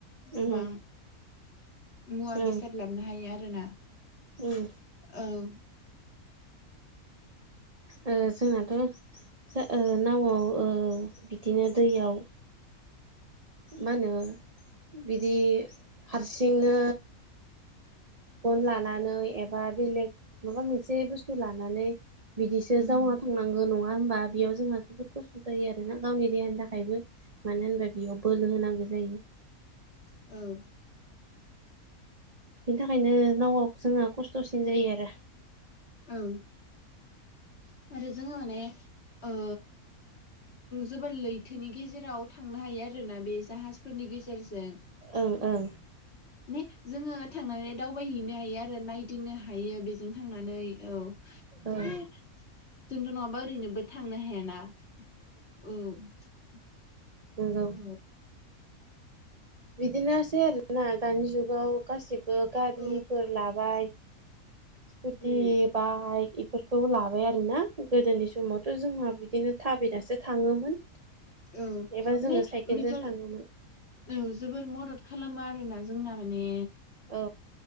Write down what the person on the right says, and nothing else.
उम
ओं
उम
ओ जोंनाथ' जा ओ नावआव ओ बिदिनो दैयाव मा होनो बिदि हारसिंनो फन लानानै एबा बेलेग माबा मोनसे बुस्थु लानानै बिदिसो
जावना था थांनांगो नङा होनबा बेयाव जोंहा <unintelligible> खस्थ' जायो आरोना गावनि देहानि थाखायबो मानो होनबा बेयाव बोलो होनांगो जायो।
बिनि थाखायनो नावआव जोंहा खस्थ'सिन जायो आरो
ओं ओं
ओं
नोंगौ।
बिदिनोसै आरोना दानि जुगाव गासिबो गारिफोर
लाबाय स्कुटि
बाइक इफोर खौ लाबाय आरोना गोदोनि समावथ' जोंहा बिदिनो थाबायनासो थाङोमोन।
एबा जोङो साइकेलजों
थाङोमोन
औ